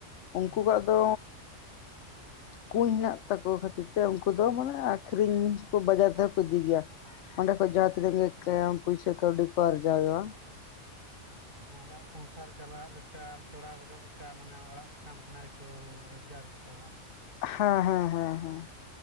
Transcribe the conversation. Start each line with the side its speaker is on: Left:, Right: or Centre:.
Right: ᱦᱩᱸ
Left: ᱩᱱᱠᱩ ᱠᱚᱣᱟᱜ
Right: ᱦᱩᱸ
Left: ᱫᱚ ᱠᱩᱧ ᱦᱮᱱᱟᱜ ᱛᱟᱠᱚ ᱠᱷᱟᱹᱛᱤᱨ ᱛᱮ ᱩᱱᱠᱩ ᱫᱚ ᱢᱟᱱᱮ ᱟ. ᱠᱷᱨᱤᱧ ᱠᱚ ᱵᱟᱡᱟᱨ ᱛᱮᱦᱚᱸ ᱠᱚ ᱤᱫᱤ ᱜᱮᱭᱟ ᱚᱸᱰᱮ ᱠᱷᱚᱡ ᱡᱟᱦᱟᱸ ᱛᱤᱱᱟᱹᱜ ᱜᱮ ᱯᱩᱭᱥᱟᱹ ᱠᱟᱹᱣᱰᱤ ᱠᱚ ᱟᱨᱡᱟᱣᱼᱟ
Right: ᱚᱲᱟᱜ ᱥᱚᱝᱥᱟᱨ ᱪᱟᱞᱟᱜ ᱞᱮᱠᱟ ᱪᱚᱲᱟᱣ ᱜᱚᱫᱚᱜ ᱞᱮᱠᱟ ᱢᱟᱱᱮ ᱚᱲᱟᱜ ᱥᱟᱠᱟᱢ ᱠᱷᱚᱱᱟᱜ ᱛᱚᱹ ᱨᱳᱡᱽᱜᱟᱨ ᱜᱮᱛᱟᱣᱟ
Left: ᱦᱮᱸ ᱦᱮᱸ ᱦᱮᱸ ᱦᱮᱸ